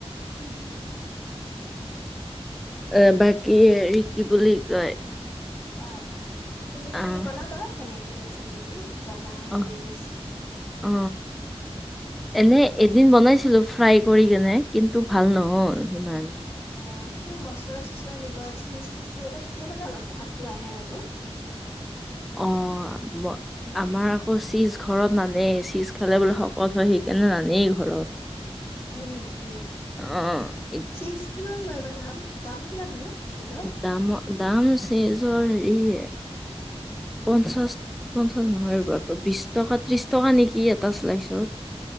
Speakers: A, on the left; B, in the centre.
A: উম। তাকে
B: এ বাকী হৰি কি বুলি কয়?
A: অ তুমি
B: আহ
A: বনাবা সেনেকে ৰেচিপিবোৰ জ্বলা,
B: অ
A: চিজ
B: অ এনে এদিন বনাইছিলো ফ্ৰাই কৰি কেনে কিন্তু। ভাল নহল
A: আা
B: সিমান
A: আা অ তুমি মচলা চছলা দিবা চিজ তিচ থাকিলে তেতিয়া মানে অলপ সোৱাদটো আহে আৰু।
B: অ ম
A: উম।
B: আমাৰ আকৌ চিজ ঘৰত নানেই চীজ খালে বোলে শকত হয় সেইকাৰণে নানেই ঘৰত।
A: হয় নেকি
B: অ ই-
A: চিজ কিমান লয় বা দাম দাম কিমাননো? চীজৰ?
B: দামৰ দাম চেজৰ হেৰিয়ে পঞ্চাশ পঞ্চাশ নহয় আকৌ বিশ টকা ত্ৰিশ টকা নেকি এটা চিলাইছত।